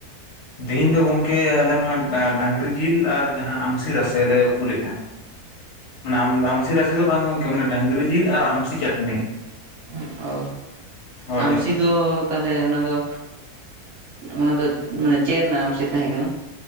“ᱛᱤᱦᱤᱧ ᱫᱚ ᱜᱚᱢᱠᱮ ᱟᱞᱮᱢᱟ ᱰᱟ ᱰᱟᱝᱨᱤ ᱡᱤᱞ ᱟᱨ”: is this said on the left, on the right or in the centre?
Left